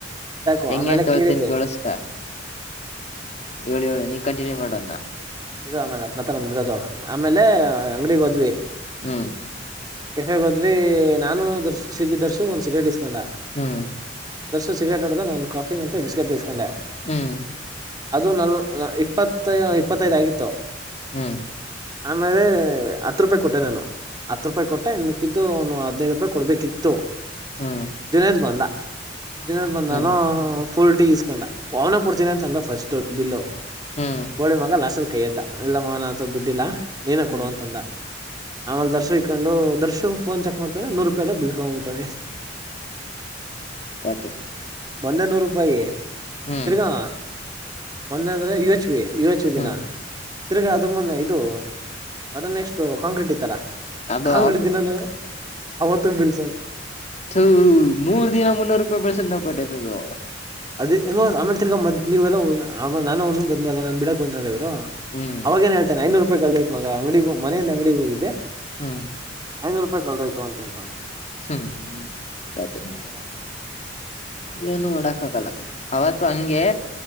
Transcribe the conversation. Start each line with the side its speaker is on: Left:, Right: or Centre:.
Right: ಬಿಟ್ಟಾಕು
Left: ಹೆಂಗೆ
Right: ಆಮೇಲೆ
Left: ಅಂತ ಹೇಳ್ತೀನಿ
Right: ಕೇಳಿದ್ಲಿ
Left: ಕೇಳಿಸ್ಕ. ಹೇಳ ಹೇಳು ನೀ ಕಂಟಿನ್ಯೂ ಮಾಡು ಅದನ್ನ.
Right: ಈಡು ಆಮೇಲೆ ಬ <unintelligible> ಆಮೇಲೆ ಅಂಗಡಿಗೆ ಹೋದ್ವಿ.
Left: ಹ್ಮ್ ಹ್ಮ್
Right: ಕೆಫೆ ಹೋದ್ವಿ ನಾನು ದರ್ಶ ಸಿ ದರ್ಶು ಒಂದ್ ಸಿಗರೇಟ್ ಇಸ್ಕೊಂಡ.
Left: ಹ್ಮ್
Right: ದರ್ಶು ಸಿಗರೇಟ್ ಆಡ್ದ ನಾನ್ ಕಾಫಿ ಮತ್ತೆ ಬಿಸ್ಕೆಟ್ ಈಸ್ಕೊಂಡೆ.
Left: ಹ್ಮ್
Right: ಅದು ನಲ್ವ ಇಪ್ಪತ್ತ ಇಪ್ಪತೈದ್ ಆಗಿತ್ತು.
Left: ಹ್ಮ್
Right: ಆಮೇಲೆ ಹತ್ತು ರೂಪಾಯಿ ಕೊಟ್ಟೆ ನಾನು ಹತ್ತು ರೂಪಾಯಿ ಕೊಟ್ಟ ಇನ್ ಮಿಕ್ಕಿದ್ದು ಅವ್ನು ಹದ್ನೈದು ರೂಪಾಯಿ ಕೊಟ್ ಕೊಡ್ಬೇಕಿತ್ತು
Left: ಹ್ಮ್
Right: ಜುನೇದ್ ಬಂದ. <unintelligible> ಬಂದಾನು
Left: ಹ್ಮ್
Right: ಫುಲ್ ಟೀ ಇಸ್ಕೊಂಡ ಅವನೇ ಕೊಡ್ತೀನಿ ಅಂತ ಅಂದ ಫಸ್ಟ್ ಬಿಲ್ಲು. <unintelligible>
Left: ಹ್ಮ್
Right: ಲಾಸ್ಟ್ ಅಲ್ಲಿ ಕೈಯ್ ಎತ್ತಿದ ಇಲ್ಲ ಮಗನ ಅತ್ರ ದುಡ್ಡಿಲ್ಲಾ ನೀನೇ ಕೊಡು
Left: ಹ್ಮ್
Right: ಅಂತಂದ. ಆಮೇಲೆ ದರ್ಶು ಇಕೊಂಡು ದರ್ಶು ಫೋನ್ ಚೆಕ್ ಮಾಡ್ತೆ ನೂರು ರೂಪಾಯಿಲ್ಲ <unintelligible> <inaudible>
Left: <inaudible>
Right: ಮೊನ್ನೆ ನೂರು ರೂಪಾಯಿ
Left: ಹ್ಮ್
Right: ತಿರ್ಗಾ ಮೊನ್ನೆ ಅಂದ್ರೆ ಯು ಏಚ್ ವಿ ಉಚ್
Left: ಹ್ಮ್
Right: ದಿನ ತಿರ್ಗಾ ಅದ್ರ ಮೊನ್ನೆ ಇದು ಅದನ್ನ ನೆಕ್ಸ್ಟ್ ಕಾಂಕ್ರೀಟ್ ಇತ್ತಲ್ಲ.
Left: ಅದು
Right: ಕಾಂಕ್ರೀಟ್ ದಿನಾನೂ ಅವತ್ತು ಬೀಳ.
Left: ಥು ಮೂರು ದಿನ ಮುನ್ನೂರು ರೂಪಾಯಿ ಬೀಳಿಸಿದ ಬಡ್ಡೆತದು
Right: ಅದ ಆಮಿ ತಿಗ ಮ ನೀವೆಲ್ಲ ನಾನ ಅವನು ಬಂದಲ್ಲ ನನ್ ಬಿಡಕ್ ಬಂದಲ್ಲ.
Left: ಹ್ಮ್
Right: ಅವಾಗೇನ್ ಹೇಳ್ತನೆ ಐನೂರು ರೂಪ ರಪಾಯಿ ಕಳೆದೋಯ್ತು ಮಗ ಅಂಗಡಿಗೆ ಮನೆಯಿಂದ ಅಂಗಡಿಗ ಹೋಗದೆ
Left: ಹ್ಮ್
Right: ಐನೂರು ರೂಪಾಯಿ ಕಳೆದೋಯ್ತು ಅಂತ ಹೇಳ್ತಾವ್ನೇ
Left: ಹ್ಮ್ ಕತೆ
Right: ಹೇಳದ್ ಹೇಳು
Left: ಏನು ಮಾಡಕ್ ಕಾಗಲ್ಲಾ ಅವತ್ತು ಹಂಗೆ